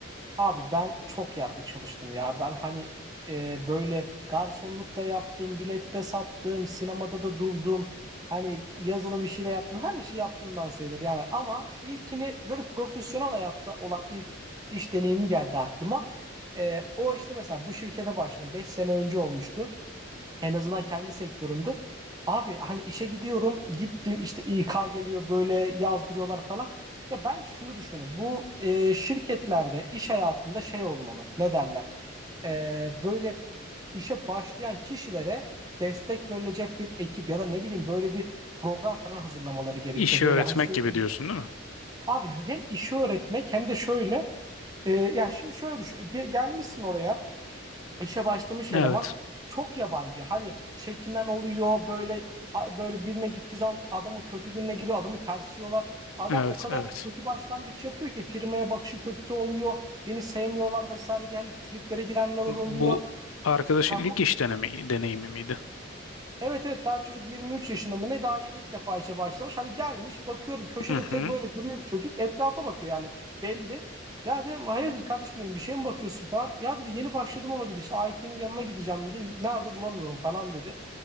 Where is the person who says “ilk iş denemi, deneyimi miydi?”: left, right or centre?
Left